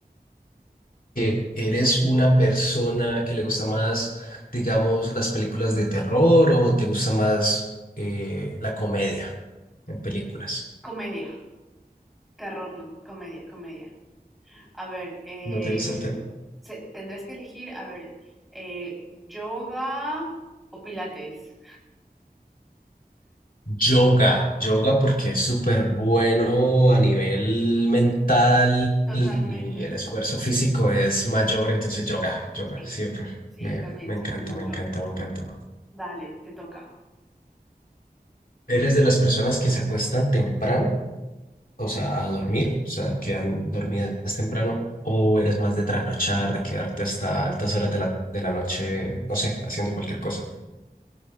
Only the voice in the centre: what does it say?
Comedia, terror no, comedia, comedia. A ver, eh,
se- tendrás que elegir, a ver, eh, yoga o pilates.
Totalmente.
Sí,
sí,
también
soy team
yoga.
Dale, te toca.